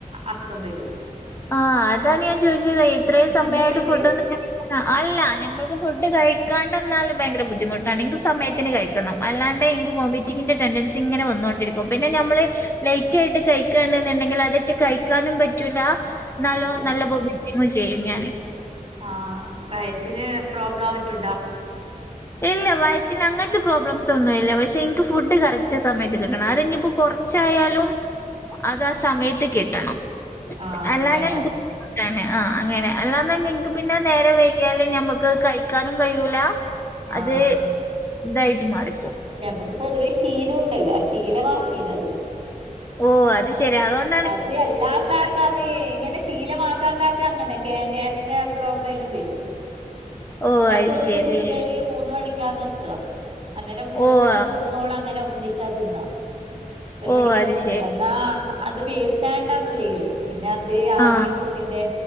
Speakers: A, on the right (about 40°); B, on the left (about 15°).
A: അസുഖം വരും
B: ആ അതാണ് ഞാൻ ചോദിച്ചത് ഇത്രയും സമയായിട്ട്
A: നിങ്ങക്ക്ണ്ട്
B: ഫുഡ് ഒന്നും ക അല്ല ഞമ്മക്ക് ഫു്ഡ് കഴിക്കാണ്ടന്നാലും ഭയങ്കര ബുദ്ധിമുട്ടാണ് ക്ക് സമയത്തിന് കഴിക്കണം അല്ലാണ്ടെ ഇൻക്ക് വൊമെറ്റിംഗിന്റെ ടെൻടെൻ സി ഇങ്ങനെവന്നോണ്ടിരിക്കും പിന്നെ നമ്മള് ലൈറ്റ് ആയിട്ട് കഴിക്കണ എന്നുണ്ടെങ്കിൽ അതൊട്ട് കഴിക്കാനും പറ്റൂല എന്നാലോ
A: അതെയോ
B: നല്ല വോമിറ്റിങ്ങും ചെയ്യും ഞാന്
A: ആ വയറ്റില് പ്രോബ്ലം മറ്റുണ്ടാ?
B: ഏ വയറ്റിന് അങ്ങനത്തെ പ്രോബ്ലംസ് ഒന്നും ഇല്ല പക്ഷെ ഇൻക്ക് ഫുഡ് കറക്റ്റ് സമയത്ത് കിട്ടണം അത് ഇനിപ്പോ കുറച്ചായാല അത് സമയത്ത് കിട്ടണം
A: ആഹ്
B: അല്ലാ
A: അങ്ങനെ
B: <inaudible> ആ അങ്ങനെ അല്ലാത നിങ്ങക്ക് പിന്നെ നേരെ വൈകിയല് ഞമ്മക്ക് കഴിക്കാനും കഴൂല
A: ആഹ്
B: അതെതായിട്ട് മാറും
A: ഞമ്മക്ക് പൊതുവേ ശീലം ഉണ്ടല്ലോ ശീലമാക്കീനത്
B: ഓ അത് ശെരി അതൊണ്ട്
A: അത് അല്ലാത്താക്ക അത് ഇങ്ങനെ ശീലമാക്കാത്താക്കാ അങ്ങനെ തെക്കെ ഗ്യാസിന്റെ പ്രോബ്ലം എല്ലും വരും
B: ഓ
A: ഞാൻ
B: അത്
A: പൊതുവേ
B: ശരി
A: കുട്ടികള് ഇ മൂന്ന് മണിക്കാന്ന് എത്ത ത അന്നേരം മോക്ക്
B: ഓ ആ
A: കൊടുക്കുന്നവോള അങ്ങനെ ഒന്നിച്ചാ തിന്ന ഒരു
B: ഓ
A: മണിക്ക്
B: അത്
A: എത്തന്നല
B: ശരി
A: എന്നാ അത് വേസ്റ്റ്ണ്ടന്നുള്ളീേ പിന്നെ അത് ആദ്യം
B: ആ
A: കുട്ടിന്റെ